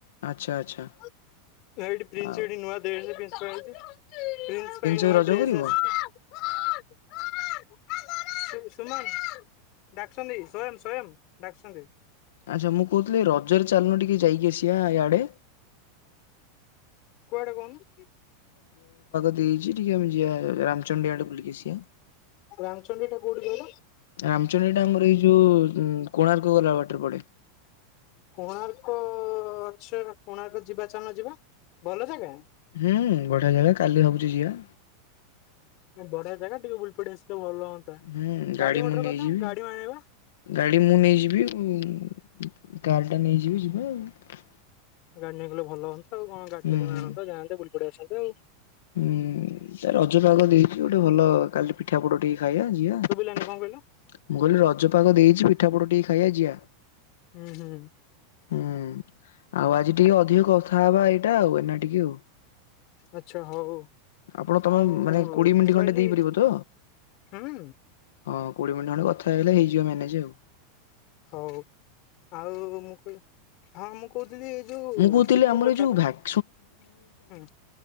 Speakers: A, on the left; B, on the left.
A: ଆଚ୍ଛା ଆଚ୍ଛା
B: <inaudible> ଏଇଠି ପ୍ରିନ୍ସ
A: ଆଉ
B: ଏଠ ନୂଆ ଦେଶ <inaudible> ସେଇଛି <unintelligible> ପ୍ରିନ୍ସ ପାଇଁ ନୂଆ
A: ଭାଇ ରଜ
B: ଡ୍ରେସ
A: କରିବ?
B: ଆସିଛି <unintelligible> <inaudible> ସୁୁମନ <unintelligible> ଡାକୁଛନ୍ତି ସୋୟାମ ସୋୟାମ ଡାକୁଛନ୍ତି,
A: ଆଚ୍ଛା ମୁଁ କହୁଥିଲି, ରଜରେ ଚାଲୁନୁ ଟିକେ ଯାଇକି ଆସିବା ଇଆଡେ
B: କୁଆଡେ କହୁନୁ
A: ଏଇଠି ଟିକେ ଆମ ଯିବା ରାମଚଣ୍ଡୀ ଆଡେ ବୁଲିକି ଆସିବା
B: ରାମଚଣ୍ଡୀ ଟା କୋଉଠି କହିଲ?
A: <inaudible> ରାମଚଣ୍ଡୀ ଟା ଆମର ଏଇ ଯୋଉ ଉଁ କୋଣାର୍କ ଗଲା ବାଟରେ ପଡେ।
B: କୋଣାର୍କ ଅ ଅ ଅ ଅଚ୍ଛା, କୋଣାର୍କ ଯିବା ଚାଳନା ଯିବା ଭଲ ଜାଗା?
A: ହୁଁ ବଢିଆ ଜାଗ, କାଲି ଭାବୁଛି ଯିିବା
B: ବଢିଆ ଜାଗା ଟିକେ ବୁଲି ପଡି ଆସିଲେ ଭଲ ହୁଅନ୍ତା।
A: ହୁଁ ଗାଡି
B: ମଟର
A: ମୁଁ ନେଇଯିବି
B: କଥା ଗାଡି ଆଣେବା।
A: ଗାଡି ମୁଁ ନେଇଯିବି ଉଁ କାର୍ ଟା ନେଇଯିବି ଯିବା ଆଉ
B: ଗାଡି ନେଇଗଲେ ଭଲ ହୁଅନ୍ତି ହବ କଣ ଗାଡିଟେ
A: ହୁଁ
B: ତମେ
A: ହୁଁ।
B: ଆଣନ୍ତେ ଯାଆନ୍ତେ ବୁଲି ଡସ ଯଉ
A: ହୁଁ ତା ରଜ ପାଗ ଦେଇଛି ଗୋଟେ ଭଲ କାଲି ପିଠାପୋଡ ଟିକେ ମୁଁ
B: ଶୁଭିଲାନି କଣ କହିଲ?
A: କହିଲି ରଜପକ ଦେଇଛି ପିଠା ପଟ ଟିକେ ଖାଇବା ଯିବା।
B: ହୁଁ ହୁଁ
A: ହୁଁ ଆଉ ଆଜି ଟିକେ ଅଧିକ କଥା ହବା ଏଇଟା ଆଉ ଏନା ଟିକେ ଆଉ।
B: ଆଛା ହଉ।
A: ଆପଣ ତମେ
B: ଆଉ
A: ମାନେ କୋଡିଏ ମିନିଟ
B: ମୁଁ କହିଲି
A: ଖଣ୍ଟେ ଦେଇପାରିବ ତ?
B: ହୁଁ
A: ହଁ। କୋଡିଏ ମିନିଟ ଖଣ୍ଡେ କଥା ହେଇଗ ହେଇଯ ମାନେଜ ଆଉ।
B: ହଉ ଆଉ ମୁଁ କ ହଁ ମୁଁ କହୁଥିଲି ଏ ଯୋଉ
A: ମୁଁ କହୁଥିଲି
B: ଚିକୁକଥାର
A: ଆମର ଏଇ ଯୋଉ ଭ୍ୟାକ୍
B: ହୁଁ।